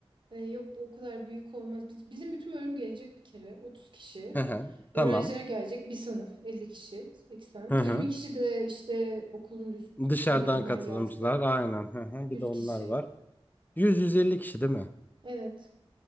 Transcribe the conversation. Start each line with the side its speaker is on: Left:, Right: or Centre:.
Right: E, yok bu o kadar büyük olmaz. Biz, bizim bütün bölüm gelecek bir kere. 30 kişi.
Left: Hı hı,
Right: Öğrenciler
Left: tamam.
Right: gelecek. Bir sınıf 50 kişi. 80.
Left: Hı hı.
Right: 20 kişi de işte okulun üst
Left: Dışarıdan
Right: şeylerinden
Left: katılımcılar
Right: gelse.
Left: aynen. Hı hı. Bir
Right: yüz
Left: de onlar
Right: kişi.
Left: var. 100-150 kişi değil mi?
Right: Evet.